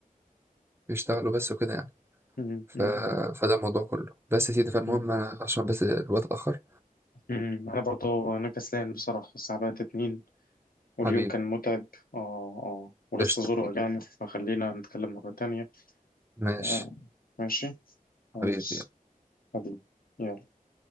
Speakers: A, on the right (about 15°); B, on the left (about 75°).
A: بيشتغلوا بس وكده يعني
B: مم.
A: ف...
B: مم.
A: فده الموضوع كله بس يا سيدي فالمهم
B: مم.
A: عشان بس الوقت اتأخر
B: مم. انا برضه انا كسلان بصراحه الساعه بقت اتنين واليوم
A: فحبيبي
B: كان متعب اه اه ولسه
A: قشطة
B: زور وجعني فخلينا نتكلم مره تانية
A: ماشي
B: آه. ماشي
A: حبيبي
B: خلاص حبيبي يلا